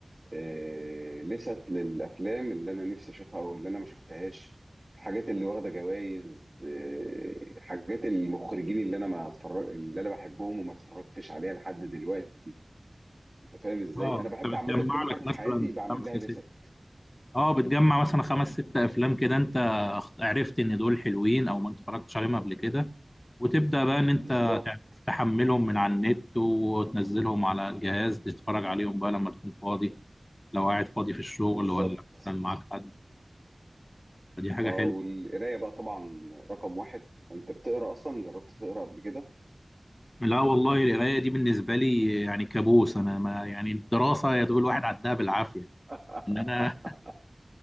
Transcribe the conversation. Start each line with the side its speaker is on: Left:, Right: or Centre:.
Right: آه، لست للافلام اللي انا نفسي اشوفها او اللي انا ما شفتهاش الحاجات اللي واخده جوائز آه، حاجات المخرجين اللي انا ما اتفرج اللي انا بحبهم وما اتفرجتش عليها لحد دلوقتي أنت فاهم إزاي؟
Left: اه
Right: أنا
Left: انت
Right: باحب
Left: بتجمع
Right: عامةً كل
Left: لك
Right: حاجة في
Left: مثلا
Right: حياتي باعمل
Left: خمسه
Right: لها لِسَت
Left: سته اه بتجمع مثلا خمس ست افلام كده انت عرفت ان دول حلوين او ما اتفرجتش عليهم قبل كده وتبدأ بقى إن أنت
Right: بالضبط،
Left: تحملهم من على النت وتنزلهم على الجهاز تتفرج عليهم بقى لما تكون فاضي لو قاعد فاضي في الشغل
Right: بالضبط.
Left: ولا مثلا معاك حد فدي حاجة
Right: آه،
Left: حلوة
Right: والقراية بقى طبعًا رقم 1 أنت بتقرا أصلًا، جرّبت تقرا قبل كده؟
Left: لا والله القراية دي بالنسبة لي يعني كابوس أنا ما يعني الدراسة يا دوب الواحد عدها بالعافية
Right: <laughs>
Left: إن أنا